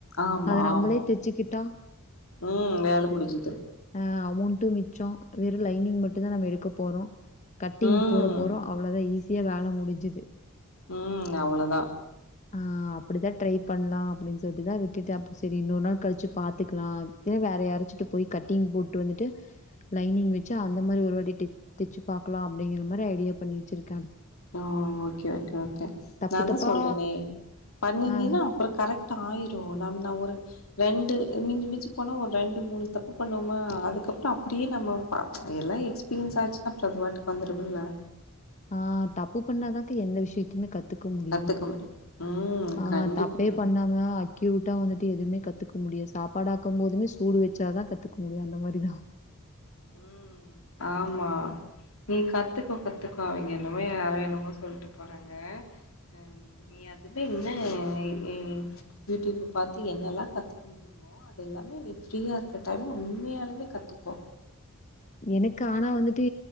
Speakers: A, on the left; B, on the left.
A: ஆமா,
B: அது நம்மளே
A: ஆமா.
B: தெச்சுக்கிட்டா
A: ம். வேல முடிஞ்சுது.
B: ஆஹ் அமௌன்டும் மிச்சோ வெறும் லைனிங் மட்டும்தான் நம்ம எடுக்க போகிறோம் கட்டிங்
A: ம்,
B: போட போகிறோம் அவ்ளோ தான் ஈசி யா வேலை முடிஞ்சுது
A: உம் அவ்ளதா
B: ஆஹ் அப்படித்தான் ட்ரை பண்ணலாம் அப்டின்னு சொல்லிட்டுதான் விட்டுட்டு அப்ப சரி இன்னொரு நாள் கழிச்சு பாத்துக்கலாம் திரும்பி வேற யாரு ட்டு போய் கட்டிங் போட்டு வந்துட்டு லைனிங் வச்சு அந்த மாரி ஒரு வாட்டி டே தேச்சு பாக்கலா அப்டிங்ற மாரி ஐடியா பண்ணி வச்சிருக்க
A: அ ஓகே ஓகே ஓகே
B: தப்பு
A: நா தா
B: தப்பா
A: சொல்றனே பண்ணினினா
B: ஆ
A: அப்றம் கரெக்ட் ஆயிரு நாம ந ஒரு ரெண்டு மிஞ்சு மிஞ்ச போனா ஒரு ரெண்டு மூணு தப்பு பண்ணுவோமா அதுக் க்கப்ரோ அப்டியே நம்ம எல்லா எக்ஸ்பீரியன்ஸ் ஆச்சுன்னா அப்றம் அது வாட்டுக்கு வந்துருமுல்ல
B: ஆ தப்பு பண்ணா தாக்க எந்த விஷயத்துமே கத்து துக்க முடியு
A: கத்துக்க முடியும் ம்
B: ஆ
A: கண்டிப்பா
B: தப்பே பண்ணாம அக்யூர்டா வந்து எதுமே கத்துக்க முடியு சாப்பாடாக்கு போதுமே சூடு வச்சாதா கத்துக்க முடியு அந்த மாரிதா
A: ம் ஆமா நீ கத்துக்கோ கத்துக்கோ அவிங்க என்னுமோ யாரோ என்னுமோ சொல்ட்டு போறாங்க ஆ நீ அதுவே இன்னு ம் யூடிப பாத்து என்னெல்லா கத்துக்க முடிமோ அது எல்லாமே நீ ஃப்ரீயாருக்க டைம்ல உண்மையாலுமே கத்துக்கோ
B: எனக்கு ஆனா வந்துட்டு